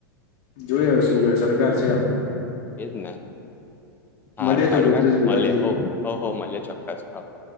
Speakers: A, on the left; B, on the left.
A: જોયે હવે શું કરે? સરકાર છે આતો.
B: એ જ ના. હારું,
A: મળે તો
B: હારું,
A: કોક
B: હે
A: દિવસ ભેગા
B: મ
A: થઈએ
B: હો હો હો મલે ચોક્કસ થ <unintelligible>